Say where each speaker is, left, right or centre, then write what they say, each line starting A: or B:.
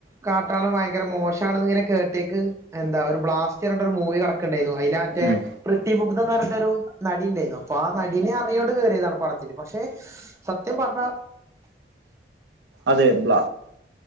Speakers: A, on the right; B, on the right.
A: കാട്ടളം വായ് ങ്കര മോശമാണെന്ന് ഇങ്ങനെ കേട്ടെക്ക് എന്താ ഒരു ബ്ലാസ്റ്റ്റഞ്ഞിട്ട് ഒരു മൂവി കടക്കുണ്ടായിരുന്നു അതിതിന മറ്റേ..
B: ഉം
A: പ്രൃതിമുദ്ധ്ന്ന്റഞ്ഞഒരുനടി ണ്ടായിരുന്നു അപ്പൊ ആ നടിനെ അറിയോണ്ട് കേറിയതാണ് പഠ ഇനി പക്ഷെ സത്യം പർഞ്ഞ
B: അതെ ബ്ല